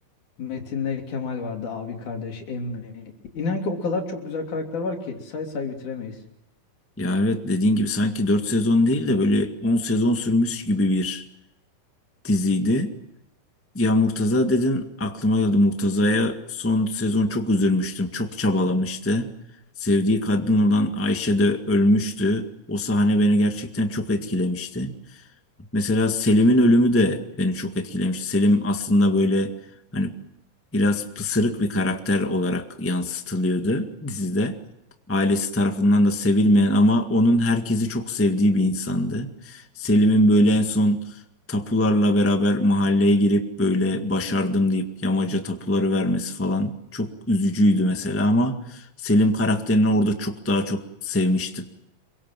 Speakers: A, on the left; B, on the left.
A: Metin'le Kemal vardı abi kardeş, Emmi. İnan ki o kadar çok güzel karakter var ki say say bitiremeyiz.
B: ya evet dediğin gibi sanki 4 sezon değil de böyle 10 sezon sürmüş gibi bir diziydi. Ya Murtaza dedin aklıma geldi. Murtaza'ya son sezon çok üzülmüştüm. Çok çabalamıştı. Sevdiği kadın olan Ayşe de ölmüştü. O sahne beni gerçekten çok etkilemişti. Mesela Selim'in ölümü de beni çok etkilemiş. Selim aslında böyle hani biraz pısırık bir karakter olarak yansıtılıyordu dizide. Ailesi tarafından da sevilmeyen ama onun herkesi çok sevdiği bir insandı. Selim'in böyle en son tapularla beraber mahalleye girip böyle başardım deyip yamaca tapuları vermesi falan çok üzücüydü mesela ama Selim karakterini orada çok daha çok sevmiştim.